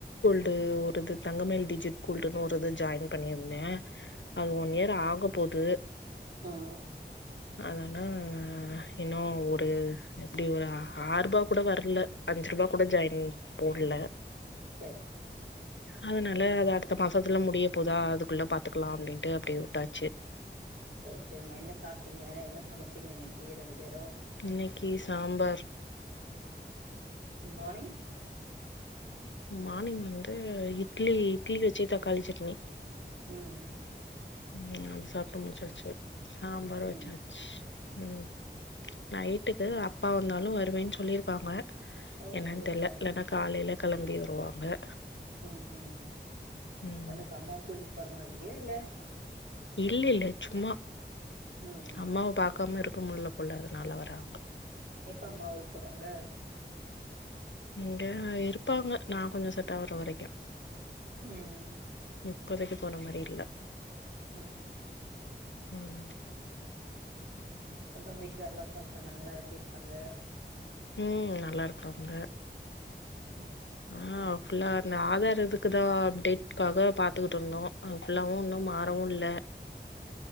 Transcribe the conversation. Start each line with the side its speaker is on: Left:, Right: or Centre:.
Left: ட்டு ஒருது தங்கமயில் டிஜிட் கோல்டுனு ஒரு இது ஜாயின் பண்ணிர்ன அது ஒன் இயர் ஆகு போது
Right: ஆஹ்
Left: அதனா இன்னு ஒரு எப்டி ஒரு ஆற் ரூபா கூட வர்ல அஞ்சு ரூபா கூட ஜாயின் போடல
Right: தேர்
Left: அதனால அது அடுத்த மாசத்துல முடிய போதா அதுக்குள்ள பாத்துக்கலா அப்டின்ட்டு அப்டி உட்டாச்சு
Right: சேரி சேரிம்மா என்ன சாப்பிடீக என்ன சமச்சேங்க இன்னக்கி ரெண்டு பேரு
Left: இன்னைக்கி சாம்பார்
Right: மானிங்
Left: மானிங் வந்து இட்லி இட்லி வச்சி தக்காளி சட்னி
Right: ம்
Left: உம் அது சாப்டு முடிசாச்சு சாம்பார் வச்சாச்
Right: ம்
Left: உம் நைட்டுக்கு அப் அப்பா வந்தாலு வருவேன் சொல்லியிருப்பாங்க
Right: ஓ
Left: என்னன்
Right: சூப்பர்
Left: தெர்ல ல்லடா காலே களம்பி வருவாக
Right: ம் ம்
Left: ம்
Right: வந்து இப்ப அம்மாயுகு ஒருமாதிரியே இல்ல
Left: இல்ல இல்ல சும்மா
Right: ம்
Left: அம்மாவ பாக்காம இரு முடில போல அதனால வராங்க
Right: எப்போ அம்மா ஊருக்கு போறாங்க
Left: இங்க இருப்பாங்க நா கொஞ்சோ செட் ஆவற வரைக்கும்
Right: ம்
Left: இப்போதைக்கு போற மாரி இல்ல
Right: ம்
Left: உம்
Right: அப்றோம் வீட்டுக்கார்லா ஃபோன் பண்ணாங்ளா எப்டி இருக்காங்க
Left: ம் நல்லா இருக்காங்க
Right: ம்
Left: ஆ ஃபுல்லா அந்த ஆதார் இதுக்குதா அப்டேட்காக பாத்துக்கிட்டு இருந்தோ அங் ஃபுல்லாவு இன்னு மாறவு இல்ல